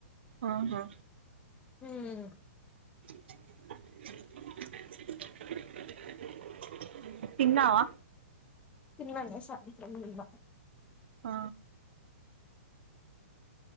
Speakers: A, on the right; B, on the left.
A: ఆహా
B: ఉమ్
A: <inaudible> తిన్నావా
B: తిన్నాను సాయంత్రం నిన్నా
A: ఆ